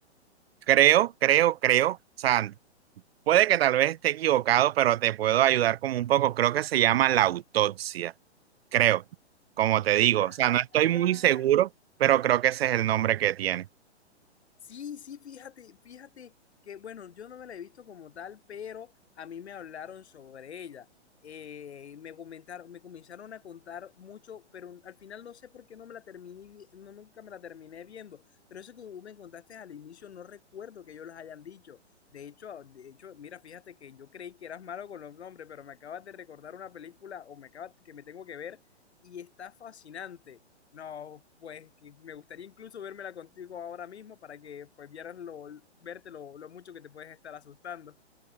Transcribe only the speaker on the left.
¡Ah!
Sí, sí, fíjate, fíjate que, bueno, yo no me la he visto como tal, pero a mí me hablaron sobre ella. Eh, me comentaron, me comenzaron a contar mucho, pero al final no sé por qué no me la terminé, vi- no nunca me la terminé viendo. Pero eso que tú me contaste al inicio, no recuerdo que yo los hayan dicho. De hecho, de hecho, mira, fíjate que yo creí que eras malo con los nombres, pero me acabas de recordar una película o me acabas que me tengo que ver y está fascinante. No, pues que me gustaría incluso vérmela contigo ahora mismo para que pues vieras lo, verte lo, lo mucho que te puedes estar asustando.